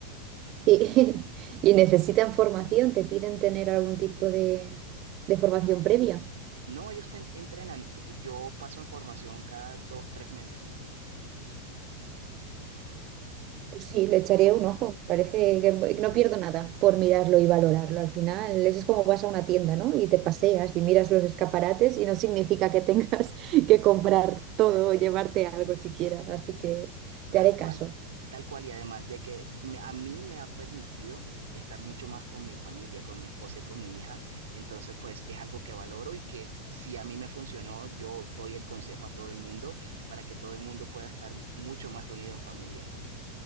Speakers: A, on the right (about 35°); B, on the right (about 65°).
A: Sí. <laughs> ¿Y necesitan formación? ¿Te piden tener algún tipo de, de formación previa?
B: <laughs> no, ellos te en- entrenan. Yo paso en formación cada dos, tres meses,
A: Pues sí, le echaré un ojo. Parece que que no pierdo nada por mirarlo y valorarlo. Al final, eso es como vas a una tienda, ¿no? Y te paseas y miras los escaparates y no significa que tengas <laughs> que comprar todo o llevarte algo siquiera. Así que
B: tal
A: te haré
B: cual.
A: caso.
B: Tal cual, y además de que me- a mí me ha permitido estar mucho más con mi familia, con mi esposa y con mi hija. Entonces, pues es algo que valoro y que si a mí me funcionó, yo doy el consejo a todo el mundo para que todo el mundo pueda estar mucho más reunido en familia.